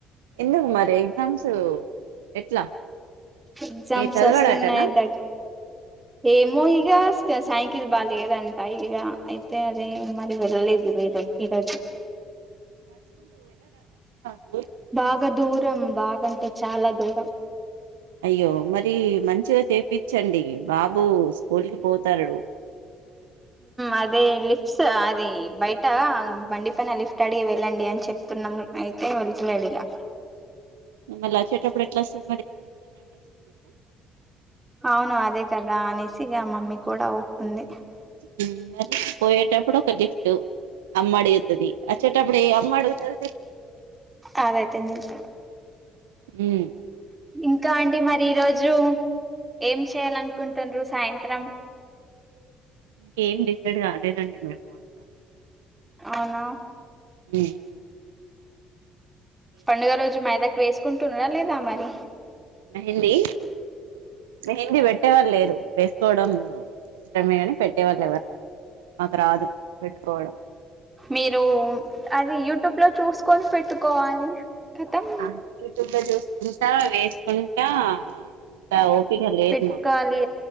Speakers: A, on the right (about 80°); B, on the right (about 15°).
A: ఎందుకు మరి ఎగ్జామ్స్ ఎట్లా
B: ఎగ్జామ్స్
A: ఏ చదవడాటనా
B: వస్తున్నాయి దగ్గరికి ఏమో సైకిల్ బాగా లేదంటా ఇక అయితే అదే మరి వెళ్ళలేదు మీరు ఈరోజు
A: దా
B: బాగదూర్ దరం బాగాంటే చాలా దూరం
A: అయ్యో మరి మంచిగా చేయిించండి బాబు స్కూల్ కి పోతాడు
B: అదే లిఫ్ట్స్ అది బయట బండి పైన లిఫ్ట్ అడిగి వెళ్ళండి అని చెప్తున్నాం అయితే వెళతులేడుగా
A: మళ చెటపప్పుడు ఎట్లా స
B: అవును అదే కద అనే మంచిగా మమ్మీ కూడా అతుంది
A: హ్మ్మ్ మరి పోయేటప్పుడు ఒక గిఫ్ట్ అమ్మ అడుగుతుంది వచ్చేటప్పుడు ఏ అమ్మ అడుగుతుంది
B: అదయితే నింత
A: ఉమ్.
B: ఇంకా అండి మరి ఈ రోజు ఏం చేయాల అనుకుంటున్నారు సాయంత్రం
A: ఇంకేం డిసైడ్ కాలేనండి మేము అంతా
B: అవునా
A: లి
B: పండుగ రోజు మైదాక్ వేసుకుంటున్నార లేద తమరి
A: మెహందీ మెహందీ వెట్ పెట్టే వాళ్ళు లేరు వేసుకోవడం ఇష్టమే కాని పెట్టేవాళ్ళు ఎవరు లేరు మాకు రాదు పెట్టుకోవడం
B: మీరు అది యూట్యూబ్ లో చూసుకొని పెట్టుకోవాలి కతం
A: ఆ యూట్యూబ్ లో చూస్ చూసావా వేసుకుంటా అంత ఓపిక లేదు
B: పెట్కాలి
A: మాకు